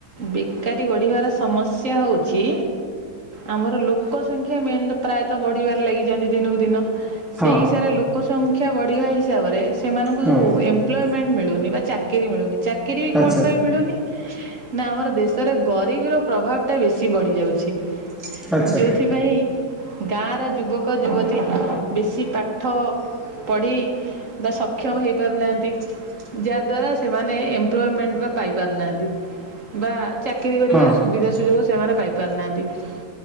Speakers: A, on the right; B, in the centre.
A: ବେକାରୀ ବଢ଼ିବାର ସମସ୍ୟା ହଉଛି ଆମର ଲୋକ ସଂଖ୍ୟା ମେନ୍ ତ ପ୍ରାୟତଃ ବଢିବାରେ ଲାଗିଛନ୍ତି ଦିନକୁ ଦିନ। ସେଇ
B: ହଁ
A: ହିସାବ ରେ ଲୋକ ସଂଖ୍ୟା ବଢିବା ହିସାବରେ ସେମାନଙ୍କୁ
B: ହଁ
A: ଏପ୍ଲମେଣ୍ଟ ମିଳୁନି। ଚାକିରି ମିଳୁନି ଚାକିରି ବି
B: ଆଚ୍ଛା
A: କଣ ପାଇଁ ମିଳୁନି ନା ଆମର ଦେଶରେ ଗରିବର ପ୍ରଭାବଟା ବେଶୀ ବଢ଼ିଯାଉଛି।
B: ଆଚ୍ଛା
A: ଯଉଥିପାଇଁ ଗାଁର ଯୁବକ ଯୁବତୀ ବେଶୀ ପାଠ ପଢ଼ି ବା ସକ୍ଷମ ହେଇପାରୁନାହାନ୍ତି। ଯାହା ଦ୍ୱାରା ସେମାନେ ଏମ୍ପ୍ଲୟମେଣ୍ଟ ବା ପାଇ ପାରୁନାହାନ୍ତି । ବା ଚାକିରୀ କରିବାର
B: ହଁ
A: ସୁବିଧା ସୁଯୋଗ ସେମାନେ ପାଇ ପାରୁନାହାନ୍ତି ।